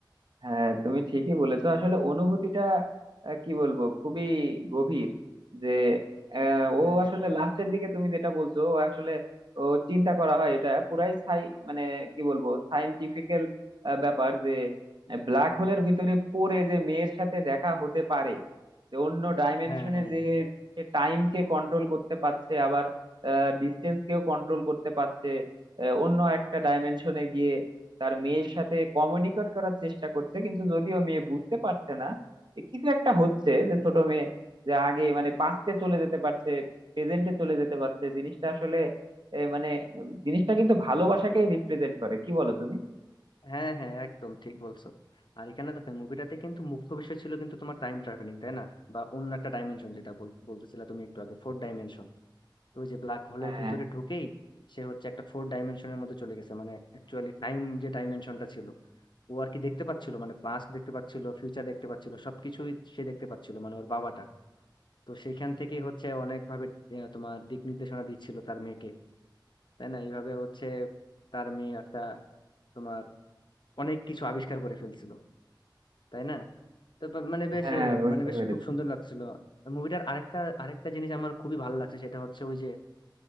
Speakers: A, on the right; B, on the left.
A: হ্যাঁ তুমি ঠিকই বলেছো আসলে অনুভূতিটা আহ, কি বলবো খুবই গভীর যে আহ, ও
B: হ্যাঁ
A: আসলে লাস্টের দিকে তুমি যেটা বলছো ও আসলে ও চিন্তা করা হয় এটা পুরাই সাই মানে কি বলবো সায়েন্টিফিক্যাল ব্যাপার যে ব্ল্যাক হোলের ভিতরে পড়ে যে মেয়ের সাথে দেখা হতে পারে যে অন্য ডাইমেনশনে
B: হ্যাঁ হ্যাঁ
A: যে টাইমকে কন্ট্রোল করতে পারছে আবার ডিস্টেন্স কেও কন্ট্রোল করতে পারছে আহ, অন্য একটা ডাইমেনশনে গিয়ে তার মেয়ের সাথে কমিউনিকেট করার চেষ্টা করছে কিন্তু যদিও মেয়ে বুঝতে পারছে না এ কিছু একটা হচ্ছে যে ছোট মেয়ে যে আগে মানে পাস্টে চলে যেতে পারছে প্রেজেন্টে চলে যেতে পারছে জিনিসটা আসলে এ, মানে উম, জিনিসটা কিন্তু ভালোবাসাকেই রিপ্রেজেন্ট করে কি বলো তুমি
B: হ্যাঁ হ্যাঁ একদম ঠিক বলছো আর এখানে দেখো মুভিটাতে কিন্তু মুখ্য বিষয় ছিল কিন্তু তোমার টাইম ট্রাভেলিং তাই না বা অন্য একটা ডাইমেনশন যেটা বল- বলতেছিলে তুমি একটু আগে ফোর ডাইমেনশন তো ওই যে ব্ল্যাক হোলের
A: হ্যাঁ
B: ভিতরে ঢুকেই সে হচ্ছে একটা ফোর ডাইমেনশনের মধ্যে চলে গেছে মানে অ্যাকচুয়ালি টাইম যে ডাইমেনশনটা ছিল ও আর কি দেখতে পাচ্ছিল মানে পাস্ট দেখতে পাচ্ছিল ফিউচার দেখতে পাচ্ছিল সবকিছুই সে দেখতে পাচ্ছিল মানে ওর বাবাটা তো সেইখান থেকেই হচ্ছে অনেক ভাবে আহ, তোমার দিক নির্দেশনা দিচ্ছিল তার মেয়েকে তাই না এইভাবে হচ্ছে তার মেয়ে একটা তোমার অনেক কিছু আবিষ্কার করে ফেলছিল তাই না তো বা- মানে বেশ
A: হ্যাঁ
B: আহ,
A: হ্যাঁ বুঝতে
B: মানে বেশ
A: পেরেছি
B: খুব সুন্দর লাগছিল মুভিটার আরেকটা আরেকটা জিনিস আমার খুবই ভালো লাগছে সেটা হচ্ছে ওই যে